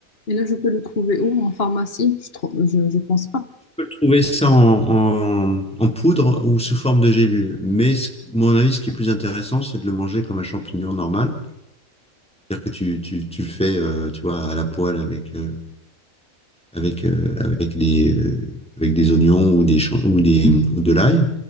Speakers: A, on the left (about 45°); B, in the centre.
A: et là, je peux le trouver où? En pharmacie? Je, trou- je, je pense pas.
B: Trouver ça en, en- en poudre ou sous forme de gélule. Mais ce- mon avis, ce qui est plus intéressant, c'est de le manger comme un champignon normal. C'est-à-dire que tu, tu, tu le fais, euh, tu vois, à la poêle avec, euh, avec, euh, avec des, euh, avec des oignons ou des, champ- ou des, ou de l'ail.